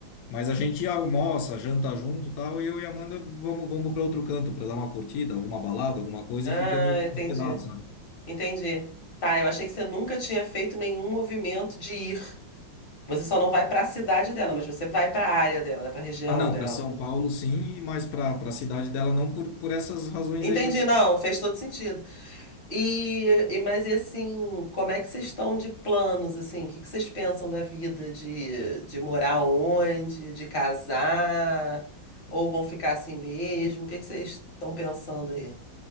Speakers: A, on the left (about 75°); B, on the left (about 35°).
A: Mas a gente almoça, janta junto, e tal, e eu e a Amanda vamos, vamos para outro canto para dar uma curtida, alguma balada, alguma coisa
B: Ah,
A: e ficamos
B: entendi.
A: hospedados, sabe?
B: Entendi. Tá, eu achei que você nunca tinha feito nenhum movimento de ir. Você só não vai pra cidade dela, mas você vai pra área dela, né? Pra região
A: Ah, não,
B: dela.
A: para São Paulo sim, mas para para a cidade dela não por, por essas razões
B: Entendi,
A: aí que eu te falei.
B: não, fez todo sentido. E, e mas e assim, como é que vocês estão de planos assim? O que que vocês pensam da vida de, de morar onde, de casar, ou vão ficar assim mesmo? O que que vocês estão pensando aí?